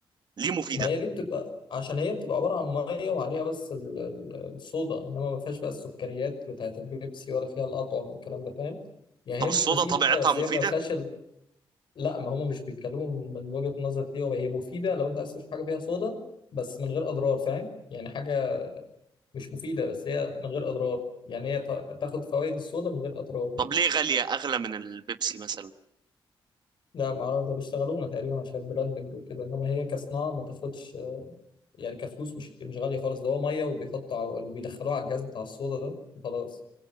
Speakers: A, on the right; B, on the left.
A: ليه مفيده
B: ما هي دي بتبقى عشان هي بتبقى عبارة عن مية وعليها بس ال- ال- الصودا إنما ما فيهاش بقى السكريات بتاعة البيبسي ولا فيها الأطعم والكلام ده فاهم يعني
A: طب
B: هي
A: الصودا
B: مش مفيدة
A: طبيعتها
B: بس
A: مفيده
B: هي ما فيهاش ال... لا ما هم مش بيتكلموا من من وجهة النظر دي هو هي مفيدة لو أنت عايز تشرب حاجة فيها صودا بس من غير أضرار فاهم يعني حاجة مش مفيدة بس هي من غير أضرار يعني هي تا- تاخد فوائد الصودا من غير أضرار يعني
A: طب ليه غاليه اغلى من البيبسي مثلا
B: ده معرفة ده بيشتغلونا تقريبا عشان البراندنج وكده إنما هي كصناعة ما تاخدش يعني كفلوس مش مش غالية خالص ده هو مية وبيحطوا ع- وبيدخلوها على الجهاز بتاع الصودا ده وخلاص